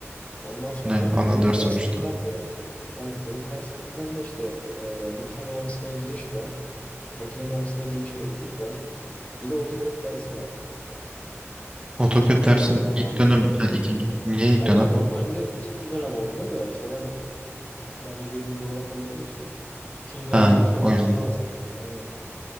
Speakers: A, on the left (about 25°); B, on the right (about 20°).
A: Ondan sonra
B: Ne ana
A: bölüm
B: ders
A: derslerinden
B: açıdan.
A: de hani bölüm derslerinden de işte e, makine mühendisliğine giriş var. Makine mühendisliğine giriş ve etik var. Bir de AutoCAD dersi var.
B: AutoCAD
A: İkinci
B: dersin
A: dönem normalde.
B: ilk dönem ha ikinci niye ilk
A: Ay
B: dönem?
A: ya normalde ikinci dönem alınıyor da işte ben şu an irregular olarak olduğum için ikinci dönem
B: Ha
A: dersi olarak
B: o yüzden.
A: onu alacağım. Aynen.